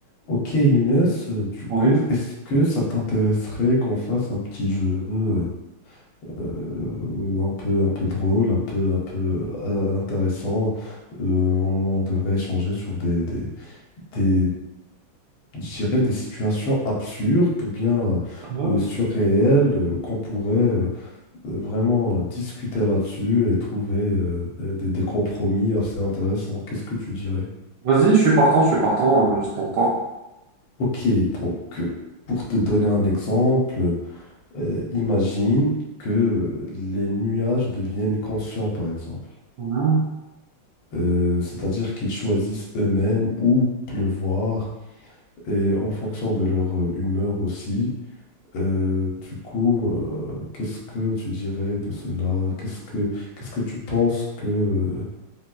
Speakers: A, on the left; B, on the right.
A: Ok Younes, euh, du
B: Oui.
A: coup, est-ce que ça t'intéresserait qu'on fasse un petit jeu euh, euh, un peu, un peu drôle, un peu, un peu euh, intéressant? Euh, on, on devrait échanger sur des, des, des, je dirais des situations absurdes ou bien
B: Ouais.
A: euh, euh, surréelles euh, qu'on pourrait euh, euh, vraiment euh, discuter là-dessus et trouver euh, des, des- des compromis assez intéressants. Qu'est-ce que tu dirais?
B: Vas-y, je suis partant, je suis partant, euh, je t'entends.
A: Ok, donc euh, pour te donner un exemple. Euh, imagine que les nuages deviennent conscients, par exemple.
B: Mhm.
A: Euh, c'est-à-dire qu'ils choisissent eux-mêmes où pleuvoir et en fonction de leur euh, humeur aussi. Euh, du coup, euh, qu'est-ce que tu dirais de cela? Qu'est-ce que, qu'est-ce que tu penses que euh,